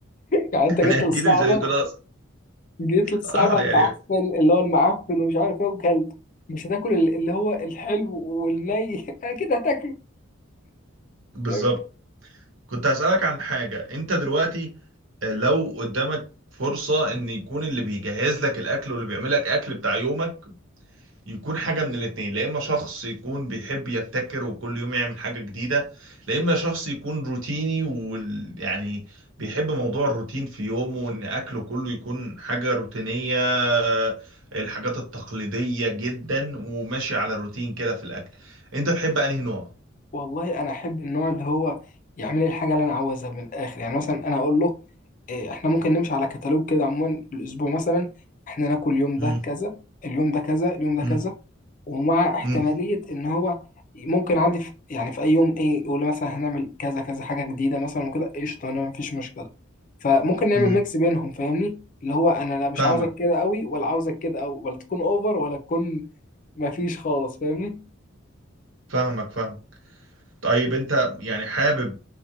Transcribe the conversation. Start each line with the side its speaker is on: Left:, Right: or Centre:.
Left: يعني
Right: <laughs>
Left: أنت جيت
Right: يعني اكيد
Left: للصعبة
Right: مش هيكون اصعب
Left: جيت للصعبة
Right: اه
Left: المعفن
Right: يعني
Left: اللي هو المعفن ومش عارف إيه وكلت مش هتاكل ال- اللي هو الحلو والني <laughs> أكيد هتاكله
Right: بالظبط
Left: فاهم؟
Right: كنت هسألك عن حاجة انت دلوقتي آه، لو قدامك فرصة ان يكون اللي بيجهز لك الاكل واللي بيعمل لك اكل بتاع يومك يكون حاجة من الاتنين لا اما شخص يكون بيحب يبتكر وكل يوم يعمل حاجة جديدة لا اما شخص يكون روتيني ويعني يعني بيحب موضوع الروتين في يومه وان اكله كله يكون حاجة روتينية آه، الحاجات التقليدية جدا وماشي على الروتين كده في الاكل انت تحب انهي نوع
Left: والله أنا أحب النوع اللي هو يعمل لي الحاجة اللي أنا عاوزها من الآخر يعني مثلا أنا أقول له إيه، احنا ممكن نمشي على كتالوج كده عموما في الاسبوع مثلا احنا ناكل اليوم
Right: مم.
Left: ده كذا اليوم ده كذا اليوم ده
Right: مم.
Left: كذا ومع احتمالية
Right: امم
Left: إن هو ممكن عادي في يعني في أي يوم إيه يقول لي مثلا هنعمل كذا كذا حاجة جديدة مثلا وكده قشطة أنا مفيش مشكلة فممكن نعمل
Right: امم
Left: ميكس بينهم فاهمني اللي هو أنا لا مش
Right: فاهمك
Left: عاوزك كده أوي ولا عاوزك كده أوي ولا تكون أوفر ولا تكون مفيش خالص فاهمني
Right: فاهمك فاهم طيب انت يعني حابب